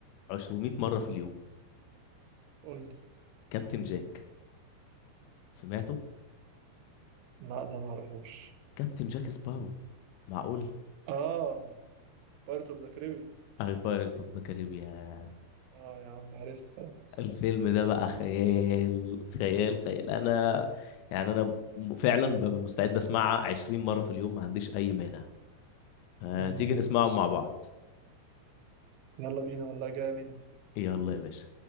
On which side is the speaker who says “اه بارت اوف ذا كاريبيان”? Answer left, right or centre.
Right